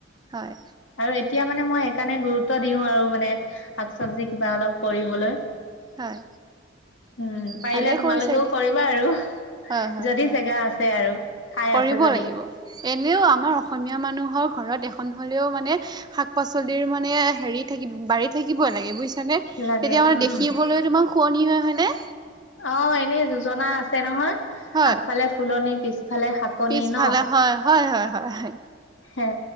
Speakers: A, on the right (about 20°); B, on the left (about 75°).
A: হয়
B: আৰু এতিয়া মানে মই সেইকাৰণে গুৰুত্ব দিও আৰু মানে শাক চবজি কিবা অলপ কৰিবলৈ
A: হয়
B: উম পাৰিলে
A: ভালেই
B: তোমালোকেও
A: কৰিছা দিয়া
B: কৰিবা আৰু
A: হয় হয়
B: যদি
A: হয়
B: জেগা আছে আৰু ঠাই
A: কৰিব
B: আছে যদি
A: লাগিব এনেও আমাৰ অসমীয়া মানুহৰ ঘৰত এখ খন হলেও মানে শাক পাচলিৰ মানে হেৰি থাকি বাৰী থাকিব লাগে বুইছ <unintelligible> তেতিয়া
B: লাগে
A: মানে
B: উম
A: দেখিবলৈ তোমাৰ শুৱনি হয় হয় নে?
B: অ', এনেই যোজনা আছে নহয়।
A: হয়
B: আগফালে ফুলনি পিছফালে শাকনি
A: পিছফালে
B: ন?
A: হয় হয় হয় হয় হয়
B: হে,